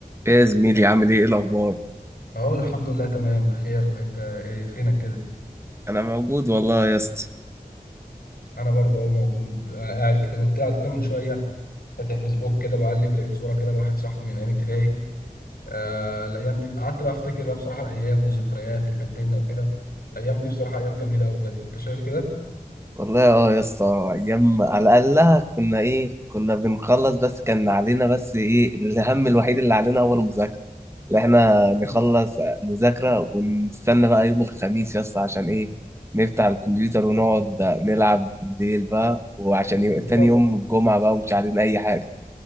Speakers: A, on the right; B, on the left.
A: ايه يا زميلي عامل ايه ايه الاخبار
B: اهو الحمد لله تمام بخير انت ايه فينك كده
A: انا موجود والله يا اسطى
B: انا برضه اهو موجود آه، قاعد كده كنت قاعد كده من شويه فاتح فيسبوك كده بقلب لقيت صوره كده لواحد صاحبي من ايام ابتدائي آه الايام دي قعدت بقى افتكر بقى بصراحه الايام والذكريات اللي كانت بينا وكده الايام دي بصراحه ايام جميله قوي بجد انت شايف كده
A: والله اه يا اسطى ايام على الاقل كنا ايه كنا بنخلص بس كان علينا بس ايه الهم الوحيد اللي علينا هو المذاكره اللي احنا
B: بز-
A: نخلص مذاكره ونستنى بقى يوم الخميس يا اسطى عشان ايه نفتح الكمبيوتر ونقعد نلعب بالليل بقى وعشان يبقى
B: بالظبط
A: تاني يوم الجمعه بقى ومش علينا اي حاجه